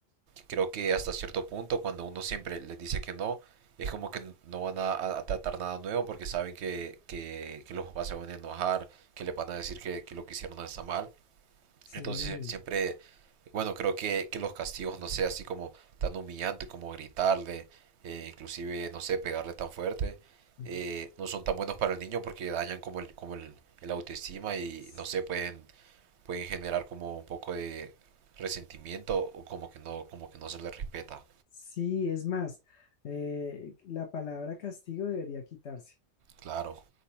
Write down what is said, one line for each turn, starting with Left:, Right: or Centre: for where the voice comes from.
Right: creo que hasta cierto punto cuando uno siempre les dice que no, es como que no van a, a- a tratar nada nuevo porque saben que, que, que los papás se van a enojar, que les van a decir que, que lo que hicieron no está mal.
Left: sí.
Right: Entonces eh, siempre, bueno, creo que, que los castigos, no sé, así como tan humillante como gritarle, eh, inclusive, no sé, pegarle tan fuerte,
Left: mm,
Right: eh, no son tan buenos para el niño porque dañan como el, como el, el autoestima y,
Left: S-
Right: no sé, pueden, pueden generar como un poco de resentimiento o como que no, como que no se le respeta.
Left: Sí, es más, eh, la palabra castigo debería quitarse.
Right: Claro,